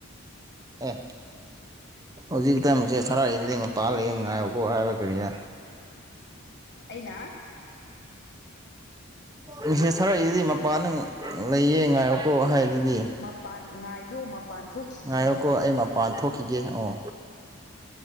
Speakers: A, on the right; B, on the left.
A: ꯑꯦ ꯍꯧꯖꯤꯛꯇ ꯃꯦꯁꯦꯁ ꯊꯥꯔꯛꯏꯗꯨꯗꯤ ꯃꯄꯥꯟ ꯂꯩꯌꯦ ꯉꯥꯏꯌꯣꯀꯣ ꯍꯥꯏꯒ ꯀꯔꯤꯔ
B: ꯑꯩꯅ
A: ꯃꯤꯁꯦꯁ ꯊꯥꯔꯛꯏꯗꯨꯗꯤ ꯃꯄꯥꯟꯗ ꯂꯩꯌꯦ ꯉꯥꯏꯑꯣꯀꯣ ꯍꯥꯏꯗꯨꯗꯤ
B: ꯃꯄꯥꯟ ꯉꯥꯌꯣ ꯃꯞ ꯄꯥꯟꯊꯣꯛꯈꯤ
A: ꯉꯥꯏꯌꯣꯀꯣ ꯑꯩ ꯃꯄꯥꯟ ꯊꯣꯛꯈꯤꯒꯦ ꯑꯣ